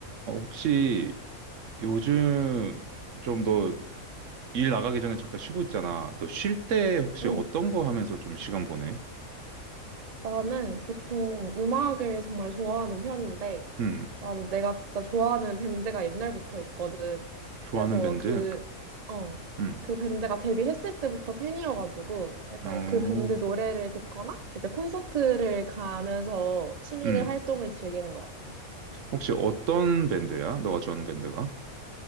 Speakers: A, on the right (about 65°); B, on the right (about 45°).
A: 어, 혹시 요즘 좀 너 일 나가기 전에 잠깐 쉬고 있잖아. 너 쉴 때 혹시
B: 응,
A: 어떤 거 하면서 좀 시간 보내?
B: 나는 보통 음악을 정말 좋아하는 편인데,
A: 음,
B: 나는 내가 진짜 좋아하는 밴드가 옛날부터 있거든.
A: 좋아하는
B: 그래서
A: 밴드?
B: 그, 어,
A: 음,
B: 그 밴드가 데뷔했을 때부터 팬이어가지고, 일단
A: 어,
B: 그 밴드 노래를 듣거나, 이제 콘서트를 가면서 취미를
A: 음.
B: 활동을 즐기는 것 같아.
A: 혹시 어떤 밴드야? 너가 좋아하는 밴드가?